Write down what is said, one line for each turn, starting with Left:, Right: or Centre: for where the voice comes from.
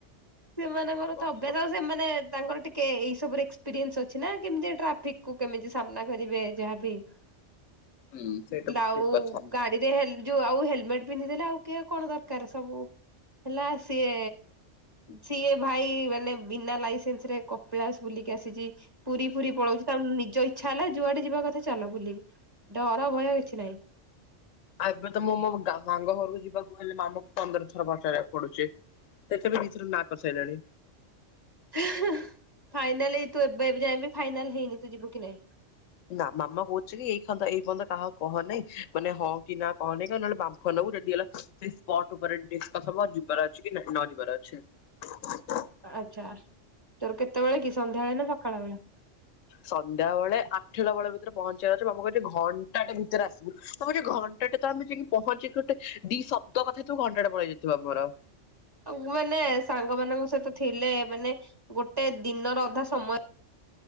Right: ସେମାନଙ୍କର ତ
Left: ଓହୋ
Right: ଅଭ୍ୟାସ ଆଉ ସେମାନେ ତାଙ୍କର ଟିକେ ଏଇ ସବୁରେ ଏକ୍ସ ପିରେନ୍ସ ଅଛି ନା କେମିତି ଟ୍ରାଫିକ କୁ କେମିତି ସାମ୍ନା କରିବେ ଯାହାବି <unintelligible>
Left: ହୁଁ ସେଇଟା ବି ଠିକ କଥା।
Right: ଗାଡି ଯେ ହେଲ୍ ଯୋଉ ଆଉ ହେଲମେଟ୍ ପିନ୍ଧି ଦେଲେ ଆଉ କିଏ କଣ ଦରକାର୍ ସବୁ। ହେଲା ସିଏ ସିଏ ଭାଇ ମାନେ ବିନା ଲାଇସେନ୍ସ ରେ କପିଳାସ ବୁଲି କି ଆସିଚି ପୁରୀ ଫୁରୀ‌ ପଳଉଚି, ତା ନିଜ ଇଚ୍ଛା ହେଲା ଯୁଆଡେ ଯିବା କଥା ଚାଲ ବୁଲିବି। ଡର ଭୟ କିଛି ନାହିଁ।
Left: ଆ ଏବେ ତ ମୁଁ ମୋ ଗାଁ ସାଙ୍ଗ ଘରକୁ ଯିବାକୁ ହେଲେ ମାମୁଁ କୁ ପନ୍ଦର ଥର ପଚାରିବାକୁ ପଡ଼ୁଚି। <unintelligible> ବି ଦି ଥର ନା କସାଇଲାଣି‌।
Right: ହେଁ-ହେଁ-ହେଁ ଫାଇନାଲି ତୁ ଏବେ ଯାଏଁ ବି ଫାଇନାଲ୍ ହେଇନି ତୁ ଯିବୁ କି ନାଇଁ?
Left: ନା ମାମା କହୁଛି କି ଏଇ ଖନ୍ଦ ଏଇ ପନ୍ଦ କାହାକୁ କହନେଇ ମାନେ ହଁ କି ନା କହନେଇ କ ନହେଲେ ବାମ୍ଫ ଫ ନବୁ ଯଦି ହେଲା ସେଇ ସ୍ପଷ୍ଟ ଉପରେ ଡିସ୍କସ ହବ ଯିବାର ଅଛି କି ନ ଯିବାର ଅଛି।
Right: ଆଚ୍ଛା ତୋର କେତବଳେ କି ସନ୍ଧ୍ୟାବେଳେ ନା ସକାଳ ବେଳା?
Left: ସନ୍ଧ୍ୟାବେଳେ ଆଠଟା ବେଳ ଭିତରେ ପହଞ୍ଚିବାର ଅଛି <unintelligible> କହୁଛି ଘଣ୍ଟାଟେ ଭିତରେ ଆସିବୁ, ମୁଁ କହିଲି ଘନ୍ ଟାଟେ ତ ଆମେ ଯାଇକି ପହଞ୍ଚିକି ଗୋଟେ ଦି ଶବ୍ଦ କଥା ହେଇଥିବୁ ଘଣ୍ଟାଟେ ପଳେଇ ଯାଇଥିବ ଆମର।
Right: ଆଉ ମାନେ ସାଙ୍ଗ ମାନଙ୍କ ସହିତ ଥିଲେ ମାନେ ଗୋଟେ ଦିନର ଅଧା ସମୟ